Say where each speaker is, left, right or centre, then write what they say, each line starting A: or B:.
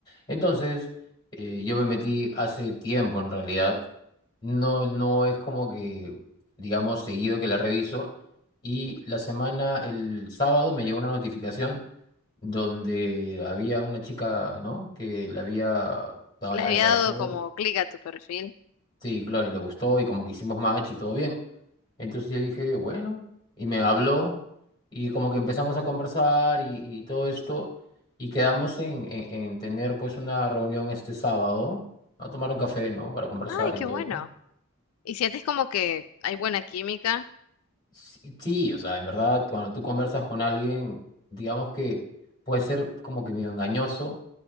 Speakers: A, on the left (about 20°); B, on the left (about 80°).
A: Entonces, eh, yo me metí hace tiempo en realidad. No, no es como que, digamos, seguido que la reviso. Y la semana, el sábado, me llegó una notificación donde había una chica, ¿no? Que le había dado
B: Le
A: like
B: había
A: a
B: dado
A: la foto.
B: como clic a tu perfil.
A: Sí, claro, y le gustó y como que hicimos match y todo bien. Entonces yo dije, bueno, y me habló y como que empezamos a conversar y, y todo esto y quedamos en, en, en tener pues una reunión este sábado, a tomar un café, ¿no? Para conversar
B: Ay, qué
A: y todo
B: bueno.
A: eso.
B: Y sientes como que hay buena química.
A: Sí, sí, o sea, en verdad, cuando tú conversas con alguien, digamos que puede ser como que medio engañoso